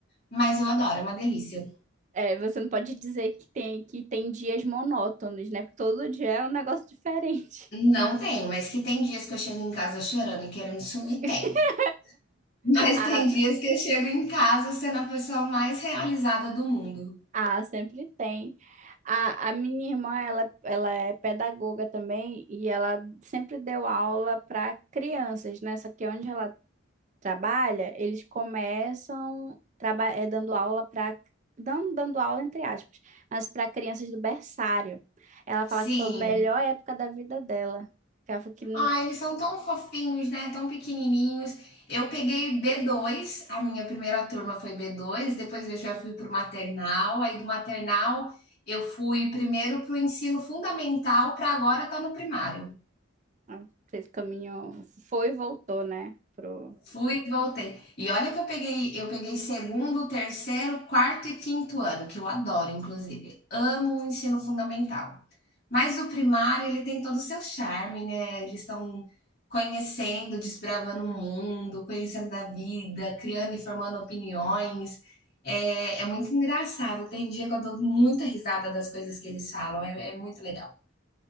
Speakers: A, on the left; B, on the right.
A: Mas eu adoro, é uma delícia.
B: É, você não pode dizer que tem, que tem dias monótonos, né? Porque todo dia é um negócio diferente.
A: Não tenho, mas que tem dias que eu chego em casa chorando e querendo sumir,
B: <laughs>
A: tem. Mas
B: Ah,
A: tem dias que eu chego em casa sendo a pessoa mais realizada do mundo.
B: ah, sempre tem. A, a minha irmã, ela, ela é pedagoga também e ela sempre deu aula para crianças, né? Só que onde ela trabalha, eles começam traba é, dando aula para dando, dando aula entre aspas, mas para crianças do berçário. Ela fala
A: Sim.
B: que foi a melhor época da vida dela. Que ela falou que
A: Ah, eles são tão fofinhos, né? Tão pequenininhos. Eu peguei b dois. a minha primeira turma foi b dois. depois eu já fui para o maternal, aí do maternal eu fui primeiro para o ensino fundamental, para agora tá no primário.
B: Ela Fez o caminho, foi e voltou, né? Pro...
A: Fui e voltei. E olha que eu peguei, eu peguei segundo, terceiro, quarto e quinto ano, que eu adoro, inclusive. Amo o ensino fundamental. Mas o primário, ele tem todo o seu charme, né? Eles estão conhecendo, desbravando o mundo, conhecendo a vida, criando e formando opiniões. É, é muito engraçado. Tem dia que eu dou muita risada das coisas que eles falam. É, é muito legal.